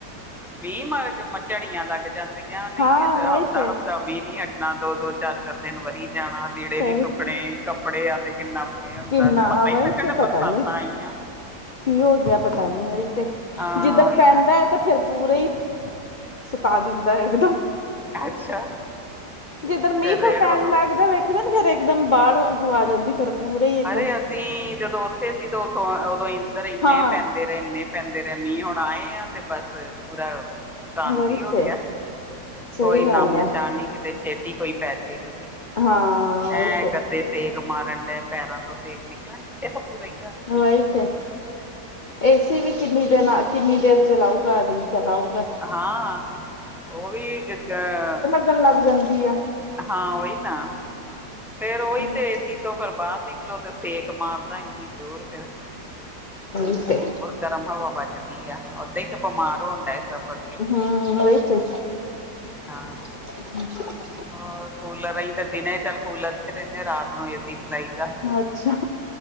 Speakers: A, in the centre; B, on the left (about 70°).
A: ਵੀਹ ਮਾਰਚ ਝੜੀਆਂ ਲੱਗ ਜਾਂਦੀ। ਕਿਹਾ ਨਹੀਂ
B: ਹਾਂ
A: ਹਫ਼ਤਾ-ਹਫ਼ਤਾ
B: ਵਹੀ ਤੇ
A: ਮੀਂਹ ਨੀ ਹਟਣਾ ਦੋ-ਦੋ ਚਾਰ -ਚਾਰ ਦਿਨ ਵਰੀ। ਜਾਣਾ ਲੀੜੇ
B: ਸਹੀ
A: ਨੀ ਸੁੱਕਣੇ ਕੱਪੜੇ ਆ ਤੇ ਕਿੰਨਾ। ਏ ਹੁੰਦਾ
B: ਕਿੰਨਾ
A: ਤੇ ਪਤਾ
B: ਵਹੀ
A: ਹੀ ਲੱਗਣ
B: ਤੇ
A: ਦਾ
B: ਪਤਾ
A: ਬਰਸਾਤਾਂ
B: ਨੀ
A: ਆਈਆਂ।
B: ਕੀ ਹੋ ਗਿਆ ਪਤਾ ਨੀ ਵਈ ਤੇ
A: ਹਾਂ
B: ਜਿੱਧਰ
A: ਉਹੀ
B: ਪੈਂਦਾ
A: ਨਾ
B: ਹੈ ਤੇ। ਫਿਰ ਪੂਰੇ ਹੀ ਸਤਾ
A: ਹਮ,
B: ਦਿੰਦਾ ਇੱਕਦਮ।
A: ਅੱਛਾ।
B: ਜਿੱਧਰ ਮੀਂਹ
A: ਰੇੜ
B: ਫਿਰ ਪੈਣ
A: ਵਗਾਉਂਦੇ
B: ਲੱਗਦਾ ਵੇਖਦੇ ਨ ਫੇਰ ਇੱਕਦਮ ਬਾੜ ਵਰਗੂ ਆ ਜਾਂਦੀ ਫਿਰ। ਪੂਰੇ ਹੀ ਇੱਕਦਮ
A: ਅਰੇ ਅਸੀਂ ਜਦੋਂ ਉੱਥੇ ਸੀ ਤਾਂ ਉਥੋਂ ਉਦੋਂ ਇੱਧਰ ਇੰਨੇ
B: ਹਾਂ
A: ਪੈਂਦੇ। ਫੇਰ ਇੰਨੇ ਪੈਂਦੇ ਰਹੇ ਮੀਂਹ ਹੁਣ ਆਏ ਆ ਤੇ ਬਸ ਪੂਰਾ। ਬੰਦ
B: ਵਹੀ
A: ਹੀ ਹੋ
B: ਤੇ
A: ਗਿਆ
B: ਸਹੀ
A: ਕੋਈ
B: ਗੱਲ
A: ਨਾਮ ਨਿਸ਼ਾਨੀ
B: ਆ
A: ਨਹੀ। ਤੇ ਛੇਤੀ ਕੋਈ ਪੈ ਜਾਏ ਕਿਤੇ
B: ਹਾਂ ਵਹੀ
A: ਐਂ ਗੱਦੇ ਸੇਕ ਮਾਰਨ ਡਏ ਪੈਰਾਂ ਤੋਂ। ਸੇਕ ਨਿਕਲਣ ਡਿਆ ਬੁਰਾ ਹੀ ਹਾਲ
B: ਉਹੀ ਤੇ ਏਸੀ ਵੀ ਕਿੰਨੀ ਦਿਨ ਕਿੰਨੀ ਦੇਰ ਚਲਾਉਗਾ ਆਦਮੀ ਚਲਾਊਗਾ।
A: ਹਾਂ ਉਹ ਵੀ ਕਿਦਾਂ।
B: ਚੱਲਣ ਲੱਗ ਜਾਂਦੀ ਹੈ।
A: ਹਾਂ ਉਹੀ ਤਾਂ। ਫੇਰ ਉਹੀ
B: ਹਮ
A: ਤੇ ਏਸੀ ਤੋਂ ਫਿਰ ਬਾਹਰ ਨਿਕਲੋ ਤੇ ਸੇਕ ਮਾਰਦਾ ਇੰਨੀ ਜ਼ੋਰ ਫਿਰ।
B: ਉਹੀ ਤੇ।
A: ਗਰਮ ਹਵਾ ਵੱਜਦੀ ਆ ਓਦਾਂ ਹੀ ਤਾਂ ਬਿਮਾਰ ਹੋਣ ਡਏ ਸਭ ਅੱਗੇ।
B: ਹਮ ਓਹੀ ਤੇ।
A: ਹਾਂ।
B: ਹਮ।
A: ਹੋਰ ਕੂਲਰ ਅਈ ਤਾਂ ਦਿਨ ਚੱਲ ਕੂਲਰ ਚ ਰਹਿੰਦੇ ਰਾਤ ਨੂੰ ਏ ਸੀ ਚਲਾਈਦਾ।
B: ਅੱਛਾ,